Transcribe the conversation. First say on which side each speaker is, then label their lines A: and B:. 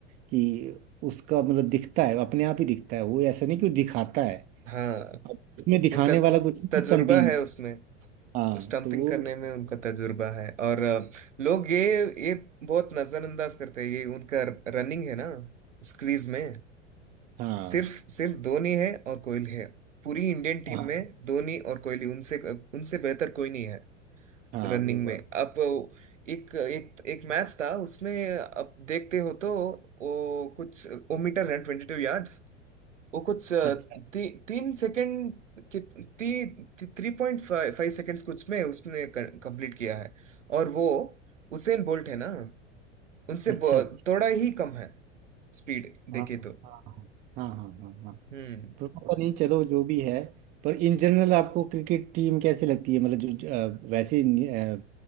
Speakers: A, on the right; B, on the right.
A: कि उसका मतलब दिखता है अपने आप ही दिखता है वो ऐसा नहीं कि वो दिखाता है
B: हाँ
A: अब उसमें दिखाने
B: उनका
A: वाला कुछ नहीं
B: तजुर्बा
A: स्टंपिंग
B: है
A: में।
B: उसमें
A: हाँ
B: स्टंपिंग
A: तो वो
B: करने में उनका तजुर्बा है और अ, लोग ये ये बहुत नजरअंदाज करते हैं ये उनका रनिंग है ना स्क्रीज में
A: हाँ
B: सिर्फ सिर्फ धोनी है और कोहली है पूरी इंडियन टीम
A: हाँ
B: में धोनी और कोहली उनसे उनसे बेहतर कोई नहीं है
A: हाँ
B: रनिंग
A: वो बात
B: में अब एक एक एक मैच था उसमें अब देखते हो तो वो कुछ वो मीटर रन ट्वेंटी टू यार्ड्स वो कुछ अ,
A: अच्छा
B: ती, तीन सेकंड की ती, ती, three point five five seconds कुछ में उसने कंप्लीट किया है और वो उसेन बोल्ट है ना उनसे
A: अच्छा
B: ब-
A: अच्छा
B: थोड़ा ही कम है स्पीड देखे
A: हाँ हाँ
B: तो
A: हाँ हाँ हाँ हाँ हाँ।
B: हम्म
A: पर पता नहीं चलो जो भी है पर इन जनरल आपको क्रिकेट टीम कैसी लगती है मतलब जो अ, वैसे इंडि- अ,